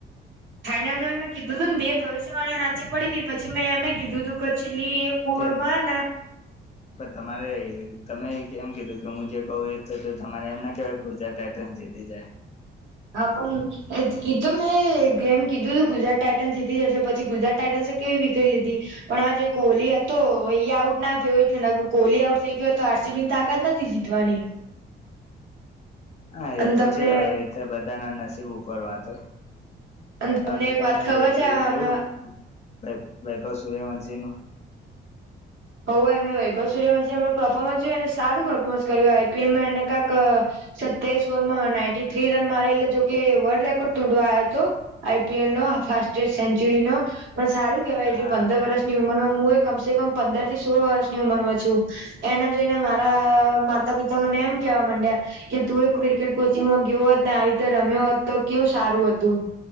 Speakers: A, on the right; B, on the left.
A: ફાઈનલ ન મેં કીધું હતું ને બે ભવિષ્યવાણી સાાચી પડી હતી પછ મેં એમમે કીધું તું ક પલી કવર
B: તે
A: માં ને
B: પણ તમારે તમે કેમ કીધું કે હું જે કહું એ તો તો તમારે એમ ના કહેવાય કે ગુજરાત ટઇટન જીતી જાય
A: હા પણ એ તો મેં ગેમ કીધું તું ગુજરાત ટાઇટન જીતી જશે પછી ગુજરાત ટાઇટનસ કેવી વિકેટ લીધી પણ આ જે કોહલી હતો એ આઉટ ના થયો એટલે કોહલી આઉટ થઈ ગયો હતો પસી બીન તાકાત નથી જીતવાની
B: હા
A: અને
B: એ તો
A: તમને
B: છે હવે બધા ના નસીબ ઉપર વાત હોય
A: અને
B: પરંતુ
A: તમને એક
B: તમે
A: વાત ખબર
B: પેલું
A: છે હમણાં
B: જોયુંપાસ સૂર્યવંશીનું
A: એમે વૈભવ સૂર્યવંશ એ પરફોર્મન્સ જોયું એને સારું પર્ફોર્મન્સ કર્યું આઈપીએલમાંને કક સસ ઓવર નાન્ટ થ્રી રન મારે એટલે જોકે વર્લ્ડ રેકોર્ડ તોડવા આવ્યો હતો આઈપીએલ ન સેન્ચુરી ન પણ સારું કેવાય એટલે
B: હા
A: પંદર વર્ષની ઉંમરમાં હું એ કમસે કમ પંદર થી સોળ વર્ષની ઉંમર માં છું એને જોઈને મારા માતા પિતા મને એમ કેવા માંડ્યા કે તું એ ક્રિકેટ કોચિંગમાં ગયો હોત ને આવી રીતે રમ્યો હોત તો કેવું સારું હતું